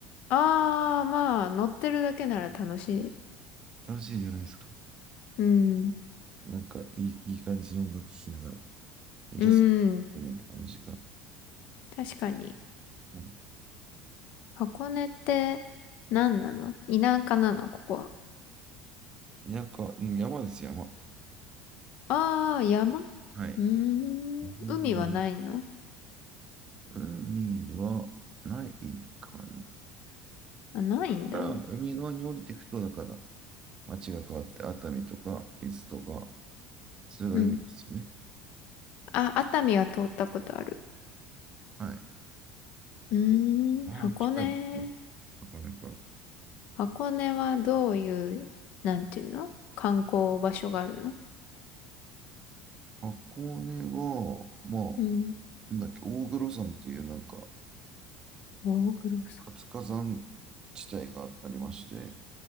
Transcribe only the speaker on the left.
ああ、まあ、乗ってるだけなら楽しい。
うん。
うん。
確かに。
箱根って何なの田舎なのここは。
ああー、山う
ーん。
海はないの
あ、ないんだ。
うん。あ、熱海は通ったことある。
うーん、
箱根。
箱根はどういう、なんていうの観光場所があるの
うん。
大黒さ